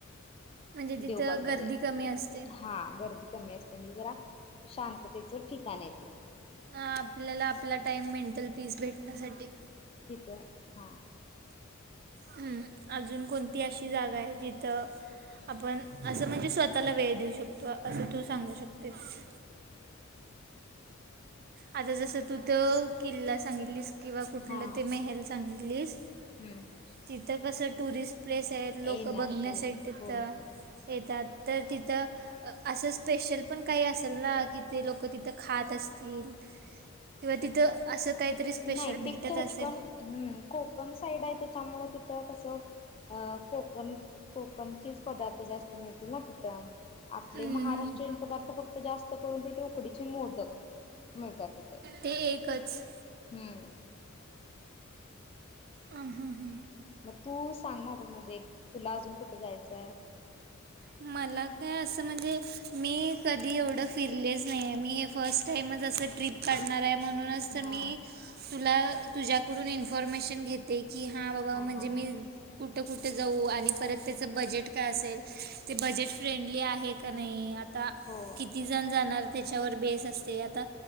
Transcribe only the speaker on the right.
म्हणजे तिथं
गर्दी कमी असते
हां आपल्याला आपला टाईम मेंटल पीस भेटण्यासाठी
हम् अजून कोणती अशी जागा आहे जिथं आपण असं म्हणजे स्वतःला वेळ देऊ शकतो असं तू सांगू शकतेस. आता जसं तू तर, किल्ला सांगितलीस. किंवा कुठलं
ते मेहेल सांगी लिस्ट
इथ कसं टुरिस्ट प्लेस आहेत लोकं
बघण्यासाठी
तिथं
येतात तर तिथं असं स्पेशल पण काही असेल ना, की ते लोक तिथं खात असतील. किंवा तिथं असं काहीतरी स्पेशल
भेटत
असेल
हम्म,
ते एकच
आ हा हा
मला काय असं म्हणजे मी कधी एवढं फिरलेच नाही मी हे फस्ट टाइमच अस ट्रिप काढणार आहे. म्हणूनच तर
मी तुला तुझ्याकडून इन्फॉर्मेशन घेतेय. की हा बाबा म्हणजे
मी कुठ कुठं कुठे जाऊ आणि परत त्याचं बजेट काय असेल. ते बजेट फ्रेंडली आहे का नाही? आता
किती जण जाणार? त्याच्यावर बेस असते, आता